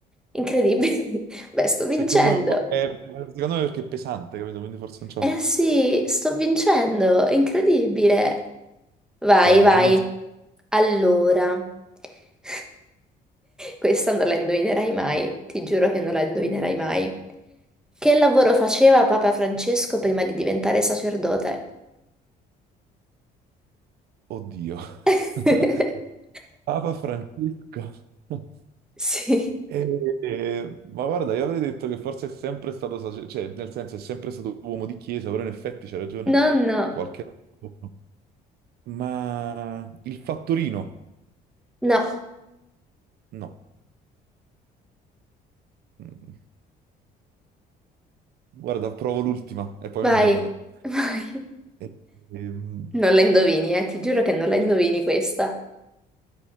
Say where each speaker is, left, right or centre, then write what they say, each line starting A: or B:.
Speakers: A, in the centre; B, on the right (about 70°).
A: Incredibile. <laughs> Beh, sto vincendo.
B: Secondo me, un po'- è- secondo me perché è pesante, capito? Quindi forse non ce
A: Eh
B: la fa.
A: sì, sto vincendo. Incredibile. Vai,
B: Dai,
A: vai.
B: una...
A: Allora. <laughs> Questa non la indovinerai mai. Ti giuro che non la indovinerai mai. Che lavoro faceva Papa Francesco prima di diventare sacerdote?
B: Oddio.
A: <laughs>
B: <laughs> Papa Francesco. <laughs>
A: Sì.
B: E- e- ma guarda, io avrei detto che forse è sempre stato sace- cioè, nel senso è sempre stato uomo di chiesa, però in effetti c'è ragione
A: Nonno.
B: qualche altro. Ma il fattorino?
A: No,
B: No. Mm. Guarda, provo l'ultima e poi
A: vai,
B: mi arrendo.
A: <laughs> vai.
B: E- ehm,
A: Non la indovini, eh, ti giuro che non la indovini questa.